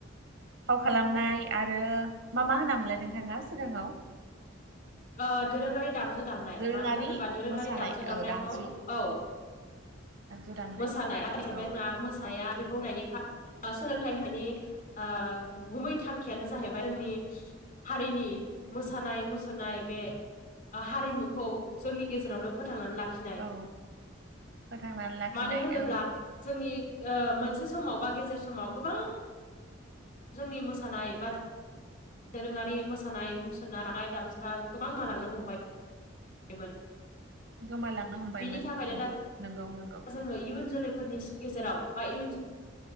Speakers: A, on the right (about 70°); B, on the left (about 45°).
A: फाव खालामनाय आरो मा मा होनामोनलाय नोंथाङा सिगाङाव?
B: ओ दोरोङारि दामजु दामनाय
A: दोरोङारि
B: मानो होनोबा दोरोङारि
A: मोसानाय
B: दामजु दामनायखौ
A: औ दामजु
B: औ
A: दामजु दामनाय
B: मोसानाय <unintelligible>
A: औ
B: मोसाया बेखौ <unintelligible> फा ओ सोलोंथाइ होनायनि ओ गुमै थांखियानो जाहैबाय जोंनि हारिनि मोसानाय मुसुरनाय बे ओ हारिमुखौ जोंनि गेजेरावनो फोथांनानै लाख खिनाय
A: औ फोथांनानै लाखिनाय
B: मानो होनोब्ला
A: औ
B: जोंनि ओ मोनसे समाव बा गेजेर समाव गोबां जोंनि मोसानाय बा दोरोङारि मोसानाय मुसुरनो हानाय <unintelligible> गोबां बालांनो हमबाय मोन
A: गोमालांनो हमबायमोन
B: बेनि थाखायनो
A: औ
B: दा
A: नंगौ नंगौ
B: जोङो इयुन जोलैफोरनिस गेजेराव बा इउन